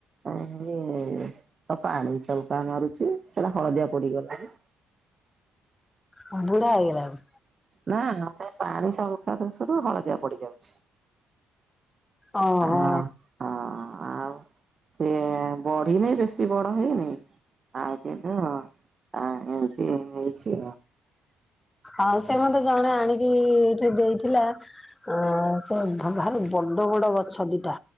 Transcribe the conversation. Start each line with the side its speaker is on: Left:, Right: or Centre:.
Right: ଆ ହେଇ ତ ପାଣି ସଉକା ମାରୁଛି। ସେଇଟା ହଳଦିଆ ପଡିଗଲାଣି।
Left: ବୁଢା ହେଇଗଲାଣି।
Right: ନା ନା ସେ ପାଣି ସକା ଦୋଷରୁ ହଳଦିଆ ପଡିଯାଉଛି।
Left: ଓହୋ
Right: ହଁ ହଁ ଆଉ ସେ ବଢି ନାଇଁ ବେଶୀ ବଡ ହେଇନି। ଆଉ କିନ୍ତୁ ଏମତି ହେଇଛି
Left: ଆଉ ସେ ମତେ ଜଣେ ଆଣିକି ଏଠି ଦେଇଥିଲା। ଆ ସେ ଭାରି ବଡ ବଡ ଗଛ ଦିଟା।